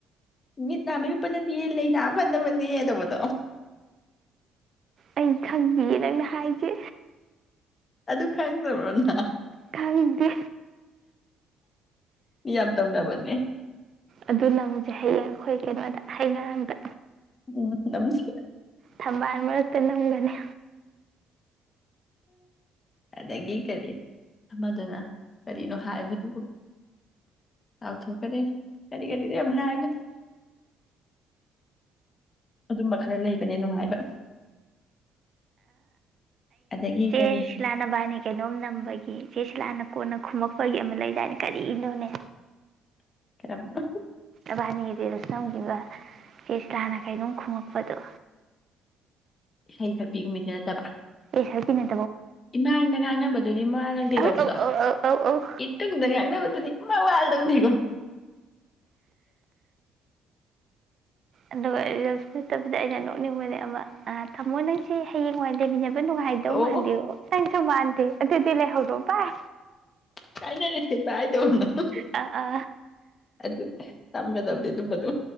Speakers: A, on the left; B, on the right.
A: ꯃꯤꯠ ꯅꯥꯕ ꯌꯄ ꯅꯠꯇꯦ ꯂꯩꯅꯥꯕ ꯃꯅꯤ ꯇꯧꯕꯗꯣ
B: ꯑꯩ ꯈꯪꯕꯤꯌꯦ ꯅꯪꯅ ꯍꯥꯏꯒꯦ
A: ꯑꯗꯨ ꯈꯪꯗꯧꯕ꯭ꯔꯅ
B: ꯀꯥꯏꯗꯦ
A: ꯌꯥꯝ ꯇꯝꯅꯕꯅꯤ
B: ꯑꯗꯨ ꯅꯪꯁꯦ ꯍꯌꯦꯡ ꯑꯩꯈꯣꯏ ꯀꯩꯅꯣꯗ ꯍꯌꯦ ꯉꯔꯥꯡꯗ
A: ꯎꯝ ꯅꯁꯤ
B: ꯊꯝꯕꯥꯜ ꯃꯔꯛꯇ ꯅꯝꯒꯅꯤ
A: ꯑꯗꯒꯤ ꯀꯔꯤ ꯑꯃꯗꯨꯅ ꯀꯔꯤꯅꯣ ꯍꯥꯏꯕꯗꯨꯕꯨ ꯂꯥꯎꯊꯣꯛꯀꯅꯤꯅꯤ ꯀꯔꯤ ꯀꯔꯤꯅꯣ ꯌꯥꯝ ꯍꯥꯏꯒꯅꯤ ꯑꯗꯨꯝꯕ ꯈꯔ ꯂꯩꯕꯅꯦ ꯅꯨꯡꯉꯥꯏꯕ ꯑꯗꯒꯤ ꯀꯔꯤ
B: ꯏꯦ ꯁꯤꯂꯥꯟꯕꯥꯅꯦ ꯀꯩꯅꯣꯝ ꯅꯝꯕꯒꯤ ꯏꯆꯦꯁꯤ ꯂꯥꯟꯅ ꯀꯣꯟꯅ ꯈꯨꯝꯃꯛꯄꯒꯤ ꯑꯃ ꯂꯩꯗꯥꯏꯅꯦ ꯀꯔꯤꯅꯣꯅꯦ
A: <inaudible>
B: ꯑꯕꯥꯅꯤꯗꯤꯗꯁꯨ ꯅꯝꯈꯤꯕ ꯀꯦꯁꯂꯥꯅ ꯀꯩꯅꯣꯝ ꯈꯣꯉꯛꯄꯗꯣ
A: ꯏꯁꯩ ꯈꯔ ꯄꯤꯒꯨꯝ ꯃꯤꯗꯤ ꯅꯠꯇꯕ
B: ꯍꯥꯏꯅ
A: ꯏꯃꯥꯡꯗ ꯉꯥꯡꯅꯕꯗꯨꯗꯤ ꯃꯥꯋꯥ ꯂꯧꯗꯦ
B: ꯑꯧ
A: ꯇꯧꯕꯗꯣ
B: ꯑꯧ ꯑꯧ ꯑꯧ ꯑꯧ ꯑꯧ
A: ꯏꯇꯨꯡꯗ ꯉꯥꯡꯅꯕ ꯑꯗꯨꯗꯤ ꯃꯋꯥ ꯂꯧꯗꯦ
B: ꯑꯗꯨꯒ <unintelligible> ꯅꯠꯇꯕꯤꯗ ꯑꯩꯅ ꯅꯣꯛꯅꯤꯡꯕꯅꯦ ꯑꯃ ꯊꯥꯃꯣ ꯅꯪ ꯁꯤ ꯍꯌꯦꯡꯋꯥꯏꯅ ꯂꯩꯃꯤꯟꯅꯕ ꯅꯨꯡꯉꯥꯏꯗꯧ
A: ꯑꯣ
B: ꯃꯥꯟꯗꯦꯕꯨ
A: ꯑꯣ
B: ꯅꯪꯁꯨ ꯃꯥꯟꯗꯦ ꯑꯗꯨ ꯂꯩꯍꯧꯔꯣ ꯕꯥꯏ
A: ꯀꯥꯏꯅꯔꯁꯦ ꯕꯥꯏ <unintelligible>
B: ꯑ ꯑ
A: ꯑꯗꯨ ꯇꯝꯒꯗꯕꯅꯤ ꯑꯗꯨꯝꯕꯗꯣ